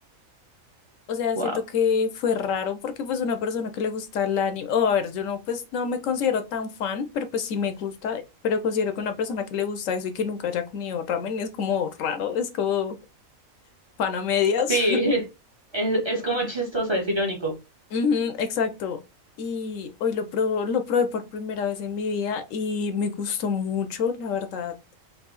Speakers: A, on the left; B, on the right.
A: O sea,
B: Wow.
A: siento que fue raro porque pues una persona que le gusta el anime, o a ver, yo no, pues no me considero tan fan, pero pues sí me gusta, pero considero que una persona que le gusta eso y que nunca haya comido ramen es como raro, es como pan a medias.
B: Sí, <laughs> es, es como chistoso, es irónico.
A: <laughs> Ujú, exacto. Y hoy lo probé, lo probé por primera vez en mi vida y me gustó mucho, la verdad.